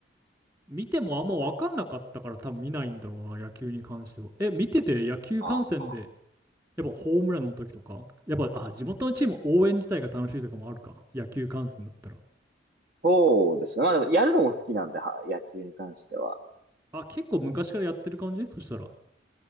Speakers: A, on the right; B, on the right.
A: 見てもあんま分かんなかったから多分見ないんだろうな、野球に関しては。え、見てて野球観戦で、
B: ああ、
A: やっぱホームランの時とか、やっぱ、あ、地元のチーム応援自体が楽しいとかもあるか、野球観戦だったら。
B: そうですね。まあでも、やるのも好きなんで、は、野球に関しては。
A: あ、結構昔からやってる感じそしたら。